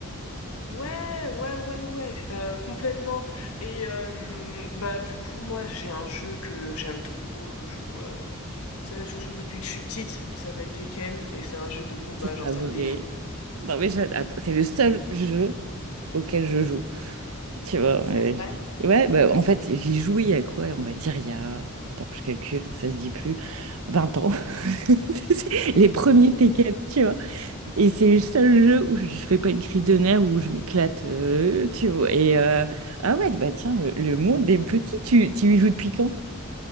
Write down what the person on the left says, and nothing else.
Ouais, ouais, ouais, ouais, euh, complètement. Et euh, bah du coup, moi j'ai un jeu que j'aime trop. Je joue, euh, c'est- je joue depuis que je suis petite. Il s'appelle Tekken et c'est un jeu de combat.
Genre
ça
me défoule.
C'est
vrai?